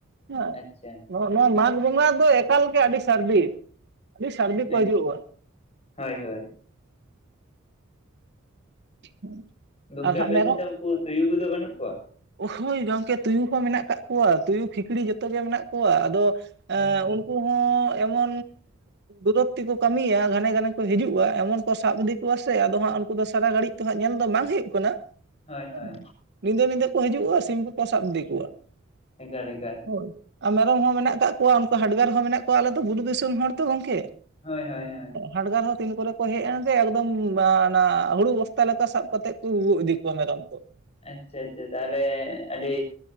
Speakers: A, on the right; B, on the left.
A: ᱦᱮᱸ
B: ᱟᱪᱪᱷᱟ
A: ᱱᱚᱜ ᱱᱚᱣᱟ ᱢᱟᱜᱽ ᱵᱚᱸᱜᱟ ᱫᱚ ᱮᱠᱟᱞ ᱜᱮ ᱟᱹᱰᱤ ᱥᱟᱹᱨᱫᱤ ᱟᱹᱰᱤ ᱥᱟᱹᱨᱫᱤ ᱠᱚ
B: ᱟᱪᱪᱷᱟ
A: ᱦᱤᱡᱩᱜᱼᱟ
B: ᱦᱳᱭ ᱦᱳᱭ
A: <unintelligible>
B: ᱜᱚᱝᱠᱮ
A: ᱟᱨ ᱦᱟᱸᱜ
B: ᱟᱯᱮ
A: ᱢᱮᱨᱚᱢ
B: ᱥᱮᱱ ᱫᱚ ᱩᱱᱠᱩ ᱛᱩᱭᱩ ᱠᱚᱫᱚ ᱵᱟᱹᱱᱩᱜ ᱠᱚᱣᱟ
A: ᱦᱳᱭ ᱜᱚᱝᱠᱮ ᱛᱩᱭᱩ ᱦᱚᱸ ᱢᱮᱱᱟᱜ ᱠᱟᱜ ᱠᱚᱣᱟ ᱛᱩᱭᱩ ᱠᱷᱤᱠᱲᱤ ᱡᱚᱛᱚ ᱜᱮ ᱢᱮᱱᱟᱜ ᱠᱚᱣᱟ ᱟᱫᱚ
B: ᱦᱳᱭ ᱦᱳᱭ
A: ᱩᱱᱠᱩ ᱦᱚᱸ ᱮᱢᱚᱱ ᱫᱩᱨᱚᱛ ᱛᱤᱠᱚ ᱠᱟᱹᱢᱤᱭᱟ ᱜᱷᱟᱱᱮ ᱜᱷᱟᱱᱮ ᱠᱚ ᱦᱤᱡᱩᱜᱼᱟ ᱮᱢᱚᱱ ᱠᱚ ᱥᱟᱵ ᱤᱫᱤ ᱠᱚᱣᱟ ᱥᱮ ᱟᱫᱚ ᱦᱟᱸᱜ ᱩᱱᱠᱩ ᱫᱚ ᱥᱟᱨᱟ ᱜᱷᱟᱹᱲᱤᱡ ᱦᱟᱸᱜ ᱧᱮᱞ ᱫᱚ ᱵᱟᱝ ᱦᱩᱭᱩᱜ ᱠᱟᱱᱟ
B: ᱦᱳᱭ
A: ᱦᱮᱸ
B: ᱦᱳᱭ
A: ᱧᱤᱫᱟᱹ ᱧᱤᱫᱟᱹ ᱠᱚ ᱦᱤᱡᱩᱜᱼᱟ ᱥᱤᱢ ᱠᱚᱠᱚ ᱥᱟᱵ ᱤᱫᱤ ᱠᱚᱣᱟ
B: ᱦᱮ <inaudible>
A: ᱦᱳᱭ ᱟᱨ ᱢᱮᱨᱚᱢ ᱦᱚᱸ ᱢᱮᱱᱟᱜ ᱠᱟᱫ ᱠᱚᱣᱟ ᱩᱱᱠᱩ ᱦᱟᱰᱜᱟᱨ ᱦᱚᱸ ᱢᱮᱱᱟᱜ ᱠᱚᱣᱟ ᱟᱞᱮ ᱫᱚ ᱵᱩᱨᱩ ᱫᱤᱥᱚᱢ ᱦᱚᱲ ᱛᱚ ᱜᱚᱢᱠᱮ
B: ᱦᱳᱭ ᱦᱳᱭ ᱦᱳᱭ
A: ᱦᱟᱰᱜᱟᱨ ᱦᱚᱸ ᱛᱤᱱ ᱠᱚᱨᱮ ᱠᱚ ᱦᱮᱡ ᱮᱱ ᱜᱮ ᱮᱠᱫᱚᱢ ᱵᱟᱱᱟ ᱦᱩᱲᱩ ᱵᱚᱥᱛᱟ ᱞᱮᱠᱟ ᱥᱟᱵ ᱠᱟᱛᱮᱫ ᱠᱚ ᱜᱩᱜᱩ ᱤᱫᱤ ᱠᱚᱣᱟ ᱢᱮᱨᱚᱢ ᱠᱚ
B: ᱟᱪᱪᱷᱟ ᱟᱪᱪᱷᱟ ᱛᱟᱦᱚᱞᱮ ᱟᱹᱰᱤ